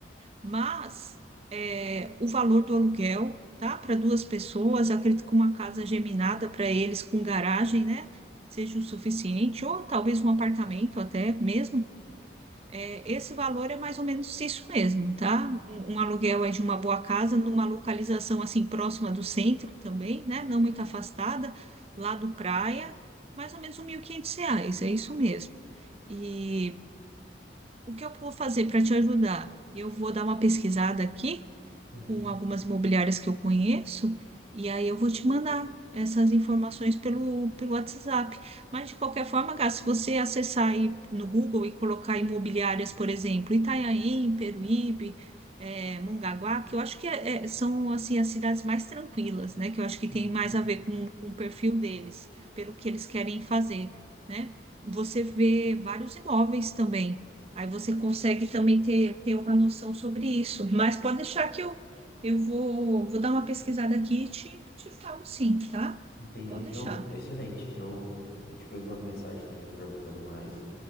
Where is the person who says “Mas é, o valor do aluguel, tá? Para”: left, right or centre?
Right